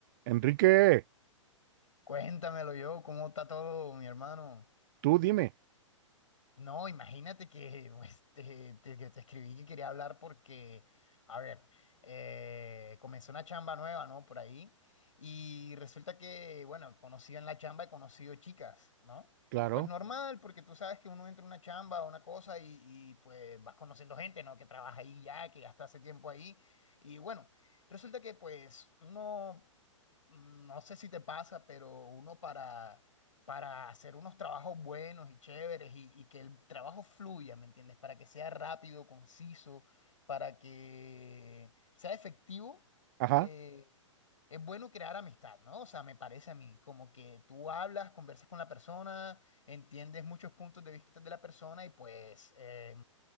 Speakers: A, on the right; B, on the left.
A: Enrique,
B: Cuéntamelo yo, ¿cómo está todo, mi hermano?
A: tú dime,
B: No, imagínate que <laughs> pues, te, te- que te escribí que quería hablar porque, a ver, eh, comenzó una chamba nueva, ¿no? Por ahí. Y resulta que, bueno, conocí en la chamba, he conocido chicas, ¿no?
A: claro,
B: Pues normal, porque tú sabes que uno entra a una chamba, a una cosa, y, y pues vas conociendo gente, ¿no? Que trabaja ahí ya, que ya está hace tiempo ahí. Y bueno, resulta que pues uno, mm, no sé si te pasa, pero uno para para hacer unos trabajos buenos y chéveres y, y que el trabajo fluya, ¿me entiendes? Para que sea rápido, conciso, para que sea efectivo,
A: ajá,
B: eh, es bueno crear amistad, ¿no? O sea, me parece a mí, como que tú hablas, conversas con la persona, entiendes muchos puntos de vista de la persona y pues eh,